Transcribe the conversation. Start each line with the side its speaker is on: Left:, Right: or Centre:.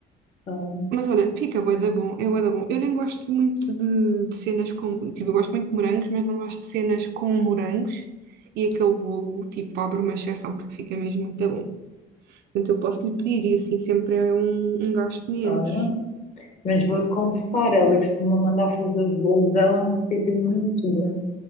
Left: Ah,
Right: Mas olha, fica bué da bom, é bué da bom. Eu nem gosto muito de, de cenas com, tipo, eu gosto muito de morangos, mas não gosto de cenas com morangos e aquele bolo, tipo, abre uma exceção porque fica mesmo muito bom. Portanto, eu posso lhe pedir e assim sempre é um, um gasto menos.
Left: Olha, mas vou-te confessar, ela costuma mandar fazer os bolos dela num sítio muito bom